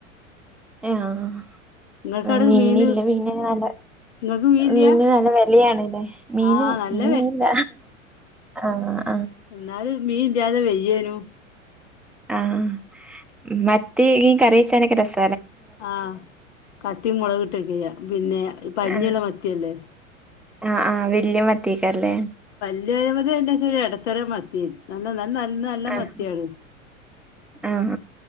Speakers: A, in the centre; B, on the left (about 55°).
A: ആഹ
B: നിങ്ങൾക്കവിടെ
A: മീന
B: മീന്
A: ഇല്ല <unintelligible>
B: നിങ്ങക്ക് മീനില്ല
A: മീന് നല്ല വിലയാണല്ലേ മീന്
B: ആഹ് നല്ല
A: ഇന്ന് മീല്ല ആഹ
B: എന്നാല മീൻ ഇല്ലാതെ വയ്യേനു
A: ആഹ മത്തി ഈ കറിച്ചാനൊക്കെ രസ
B: ആഹ കത്തി മുളകി ട്ടക്കെ ചെയ്യ പിന്നെ പഞ്ഞീള
A: ആഹ്
B: മത്തിയല്ലേ
A: ആഹ് ആഹ് വല്യ മാത്യേക്കരല്ലേ
B: <unintelligible> ഇടത്തരം മത്തി നല്ല നല്ല നല്ല
A: ആഹ
B: മത്തിയാണ്
A: ആഹ